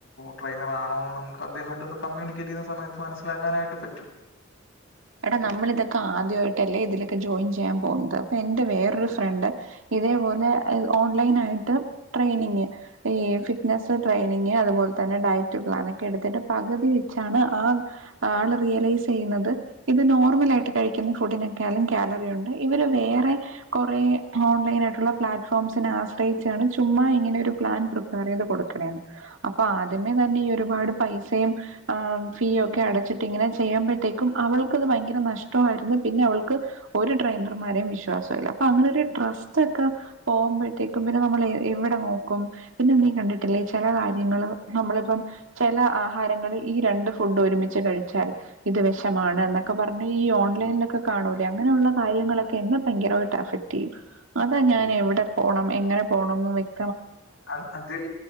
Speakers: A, on the left; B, on the right.
A: ട്രെയിനർ ആണോന്ന് നമക്ക് അദ്ദേഹട്ട് കമ്മ്യൂണിക്കേറ്റ് ചെയ്യുന്ന സമയത്ത് മനസ്സിലാക്കാനായിട്ട് പറ്റും
B: എടാ നമ്മള് ഇതൊക്കെ ആദ്യയിട്ടല്ലേ ഇതിലൊക്കെ ജോയിൻ ചെയ്യാൻ പോകുന്നത് അപ്പൊ എന്റെ വേറൊരു ഫ്രണ്ട് ഇതേപോലെ ഓൺലൈൻ ആയിട്ട് ട്രെയിനിങ് ഈ ഫിറ്റ്നെസ്സ് ട്രെയിനിങ് അതുപോൽ തന്നെ ഡയറ്റ് പ്ലാൻ ഒക്കെ എടുത്തിട്ട് പകുതി വെച്ചാണ് ആ ആള് റിയലൈസ് യ്യുന്നത് ഇത് നോർമലായിട്ട് കഴിക്കുന്ന ഫുഡിനെക്കാലും കാലറി ഉണ്ട് ഇവര് വേറെ കൊറേ ഓൺലൈൻ ആയിട്ടുള്ള പ്ലാറ്റ്ഫോംസിനെ ആശ്രയിച്ചാണ് ചുമ്മാ ഇങ്ങനെ ഒരു പ്ലാൻ പ്രിപ്പയർ യ്ത് കൊടുക്കണേെന്ന് അപ്പൊ ആദ്യമേ തന്നെ ഈ ഒരുപാട് പൈസയും ആ ഫീ ഒക്കെ അടച്ചിട്ട് ഇങ്ങനെ ചെയ്യു മ്പഴത്തേക്കും അവൾ അത് ഭയങ്കര നഷ്ടായിരുന്നു പിന്നെ അവൾക്ക് ഒരു ട്രെയിനർമാരെയും വിശ്വാസല്ല അപ്പൊ അങ്ങനെ ഒരു ട്രസ്റ്റ് ഒക്കെ പോകുമ്പോഴത്തേക്കും പിന്നെ നമ്മള് എവിടെ നോക്കും പിന്നെ നീ കണ്ടിട്ടില്ലേ ചെല കാര്യങ്ങള് നമ്മളിപ്പം ആഹാരങ്ങള് ഈ രണ്ട് ഫുഡും ഒരുമിച്ച് കഴിച്ചാൽ ഇത് വിഷമാണ് എന്നൊക്കെ പറഞ്ഞ ഈ ഓൺലൈനിലൊക്കെ കാണൂലെ അങ്ങനെയുള്ള കാര്യങ്ങളൊക്കെ എന്നെ ഭയങ്കരയിട്ട് എഫക്ട് യ്യും അതാ ഞാൻ എവിടെ പോണം എങ്ങനെ പോണംന്ന് വെക്
A: ആ അതിൽ